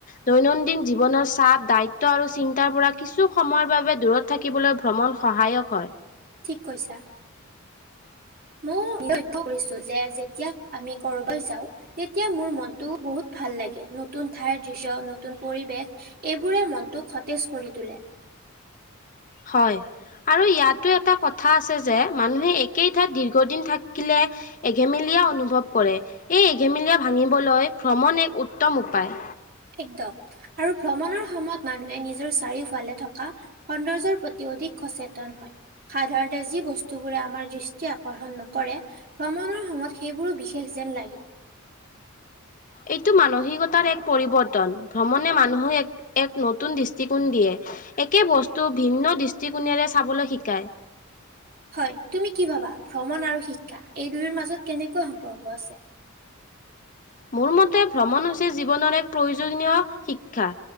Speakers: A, on the left; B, on the right.
A: দৈনন্দিন জীৱনৰ চাপ, দায়িত্ব আৰু চিন্তাৰ পৰা কিছু সময়ৰ বাবে দূৰত থাকিবলৈ ভ্ৰমণ সহায়ক হয়।
B: ঠিক কৈছা। মইও লক্ষ্য কৰিছো যে যেতিয়া আমি <unintelligible> যাওঁ তেতিয়া মোৰ মনটো বহুত ভাল লাগে নতুন ঠাইৰ দৃশ্য, নতুন পৰিৱেশ এইবোৰে মনটোক সতেজ কৰি তোলে।
A: হয়। আৰু ইয়াতো এটা কথা আছে যে মানুহে একেই ঠাইত দীৰ্ঘদিন থাকিলে এঘেমেলীয়া অনুভৱ কৰে এই এঘেমেলীয়া ভাঙিবলৈ ভ্ৰমণ এক উত্তম উপায়।
B: একদম আৰু ভ্ৰমণৰ সময়ত মানুহে নিজৰ চাৰিওফালে থকা সৌন্দৰ্যৰ প্ৰতি অধিক সচেতন হয়। সাধাৰতে যি বস্তু বোৰে আমাৰ দৃষ্টি আকৰ্ষণ নকৰে ভ্ৰমণৰ সময়ত সেইবোৰো বিশেষ যেন লাগে।
A: এইটো মানসিকতাৰ এক পৰিৱৰ্তন ভ্ৰমণে মানুহক এক-এক নতুন দৃষ্টিকোণ দিয়ে। একে বস্তু ভিন্ন দৃষ্টিকোণেৰে চাবলৈ শিকায়।
B: হয় তুমি কি ভাবা ভ্ৰমণ আৰু শিক্ষা এই দুয়োৰ মাজত কেনেকৈ সম্পৰ্ক আছে?
A: মোৰ মতে ভ্ৰমণ হৈছে জীৱনৰ এক প্ৰয়োজনীয় শিক্ষা।